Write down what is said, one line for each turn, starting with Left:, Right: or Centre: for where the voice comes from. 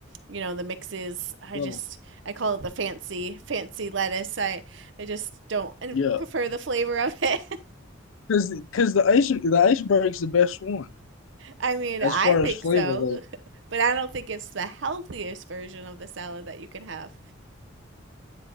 Right: you know the mixes I
Left: well,
Right: just I call it the fancy fancy lettuce. I I just don't and
Left: yeah,
Right: prefer the flavor of <laughs> it.
Left: because because the ice the iceberg's the best one
Right: I mean,
Left: as
Right: I
Left: far
Right: think
Left: as flavor.
Right: so,
Left: Like,
Right: <laughs> but I don't think it's the healthiest version of the salad that you can have.